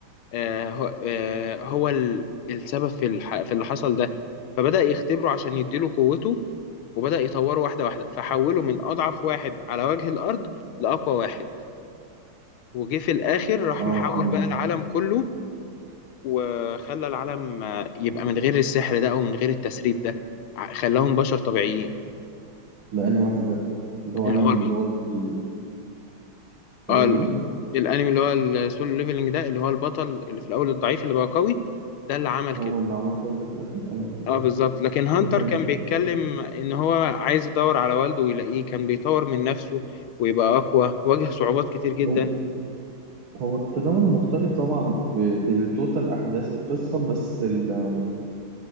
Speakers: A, on the left; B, on the right.
A: آه، هو آه، هو ال- السبب في الح- في اللي حصل ده فبدأ يختبره عشان يديله قوته وبدأ يطوره واحدة واحدة فحوله من أضعف واحد على وجه الأرض لأقوى واحد وجه في الآخر راح
B: اه
A: محول
B: تمام
A: بقى العالم كله وخلى العالم آه، يبقى من غير السحر ده او من غير التسريب ده ع- خلاهم بشر طبيعيين
B: ده أنهي واحد ده اللي هو
A: اللي
B: أمين
A: هو ال-
B: اللي هو ال- اللي
A: اه
B: هو
A: ال-
B: مين
A: الانمي اللي هو السولو ليفلنج ده اللي هو البطل اللي في الاول الضعيف اللي بقى قوي ده اللي عمل كده
B: هو اللي عمل كده ده في الأخير؟ اه اه
A: اه
B: آه.
A: بالظبط لكن هانتر
B: تمام
A: كان بيتكلم ان هو عايز يدور على والده ويلاقيه كان بيطور من نفسه ويبقى اقوى واجه صعوبات كتير جدا
B: هو هو التناول مختلف طبعا ب- في توتال أحداث القصة بس ال-